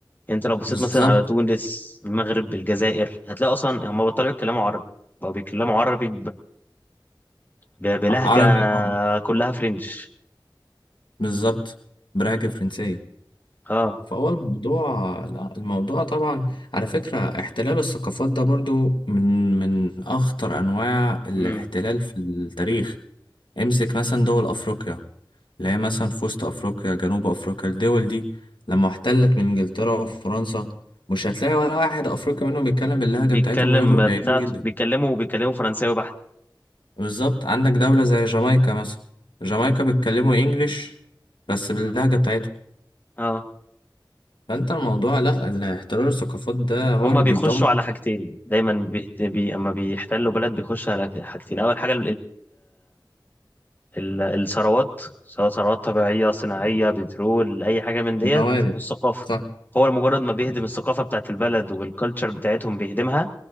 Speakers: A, on the left; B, on the left.
A: انت لو بصيت
B: بالظبط
A: مثلا على تونس المغرب الجزائر هتلاقي اصلا هم بطلوا يتكلموا عربي بقوا بيتكلموا عربي ب- بلهجة
B: عربي اه
A: كلها فرنش
B: بالظبط برهجة فرنسية
A: اه
B: فهو الموضوع لا الموضوع طبعا على فكرة احتلال الثقافات ده برضو من من أخطر أنواع الاحتلال
A: امم
B: في التاريخ امسك مثلا دول افريقيا اللي هي مثلا في وسط افريقيا جنوب افريقيا الدول دي لما احتلت من انجلترا وفرنسا مش هتلاقي ولا واحد افريقي منهم بيتكلم باللهجة
A: بيتكلم
B: بتاعتهم غير قليلين
A: بتاعته
B: جدا
A: بيتكلموا بيتكلموا فرنساوي بحت
B: بالظبط عندك دولة زي جامايكا مثلا جامايكا بيتكلموا انجليش بس باللهجة بتاعتهم
A: اه
B: فانت الموضوع لا الاحترار الثقافات ده هو
A: هما
B: اللي
A: بيخشوا
B: بيدمر
A: على حاجتين دايما بي... بي... اما بيحتلوا بلد بيخشوا على حاجتين اول حاجة ال- الثروات سواء ثروات طبيعية صناعية بترول أي حاجة من ديت
B: الموارد
A: والثقافة
B: صح
A: هو مجرد ما بيهدم الثقافة بتاعت البلد والكالتشر بتاعتهم بيهدمها